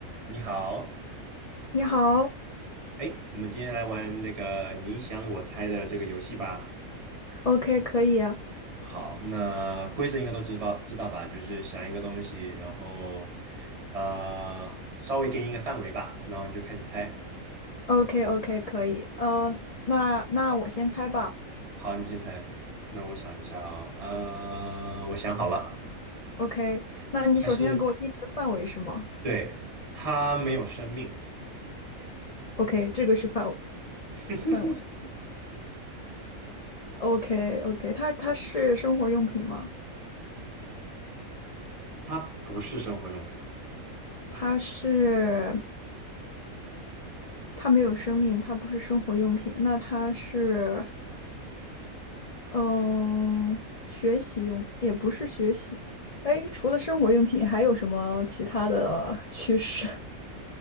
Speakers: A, on the right (about 30°); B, on the left (about 80°).
A: 你好，
B: 你好
A: 哎，我们今天来玩那个你想我猜的这个游戏吧。
B: ，OK，可以
A: 好，那规则应该都知道知道吧？就是想一个东西，然后呃，稍微给你一个范围吧，然后你就开始猜。
B: ，OK，OK，可以，呃，那那我先猜吧
A: 好，你先猜。那我想一下啊、呃，我想好了，
B: ，OK，那你首先要给我定一个范围是吗
A: 它是，对，它没有生命，
B: ？OK，这个是范围
A: <laughs>
B: 范围，OK，OK，它它是生活用品吗？
A: 它不是生活用品。
B: 它是它没有生命，它不是生活用品，那它是嗯、学习用也不是学习，哎，除了生活用品还有什么其他的趋势